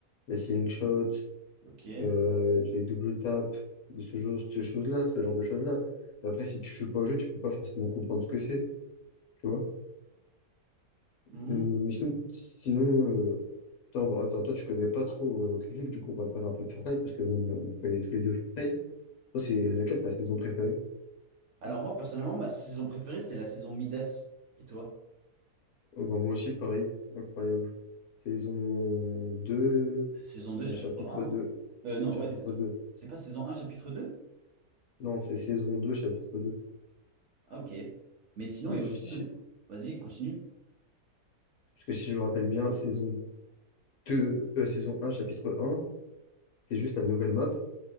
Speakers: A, on the left (about 75°); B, on the right (about 65°).
A: les ceiling shots,
B: Ok.
A: euh, les double taps, de ce genre, ce chose-là, ce genre de choses-là. Mais Après, si tu joues pas au jeu, tu peux pas forcément comprendre ce que c'est, tu vois.
B: Hmm.
A: Mais sinon, sinon, euh, attends, attends, toi, tu connais pas trop euh, Grizzly, du coup, on va parler un peu de Fortnite, parce qu'on on connaît tous les deux Fortnite. Toi, c'est laquelle ta saison préférée?
B: Alors moi, personnellement, ma saison préférée, c'était la saison Midas. Et toi?
A: Oh, ben, moi aussi, pareil, incroyable. Saison deux
B: C'est saison deux
A: euh,
B: chapitre
A: chapitre
B: un.
A: deux
B: hein Euh, non,
A: chapitre
B: ouais, saison.
A: 2
B: C'est pas saison un chapitre deux
A: Non, c'est saison 2, chapitre 2.
B: Ah, ok. Mais sinon, il y
A: Je
B: a aussi...
A: sais-
B: une autre- Vas-y, continue.
A: Parce que si je me rappelle bien, saison deux, euh, saison un, chapitre un, c'est juste la nouvelle map.